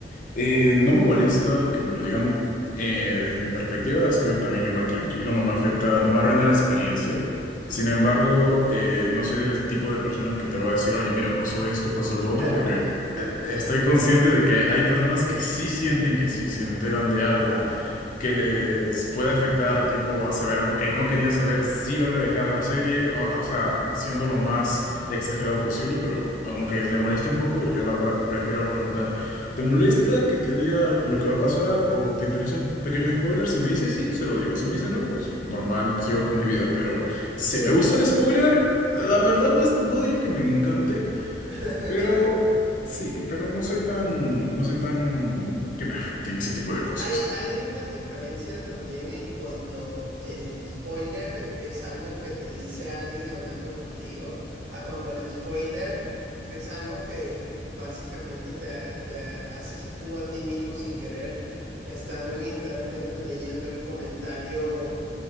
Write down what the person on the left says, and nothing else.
Eh, no me molesta que me lo digan. eh, desde mi perspectiva, estoy también igual tranquilo, no me afecta, no me arruina la experiencia.
Sin embargo, eh, no soy del tipo de persona que te va a decir, oye, mira, pasó esto, pasó lo otro,
porque
eh, estoy consciente de que hay personas que sí sienten que si se enteran de algo
que les puede afectar, tipo, a saber algo que no querían saber, si van a dejar la serie, o, o sea, siendo lo más exagerado posible, pero aunque le moleste un poco, yo la verdad prefiero preguntar, ¿te molesta que te diga lo que va a pasar o te interesa un pequeño spoiler? Si me dice sí, se lo digo, si me dice no, pues normal, sigo con mi vida, pero si
me gusta el spoiler, la verdad no, es- no diría que me encante,
pero...
Sí, pero no soy tan, no soy tan que me afecten ese tipo de cosas.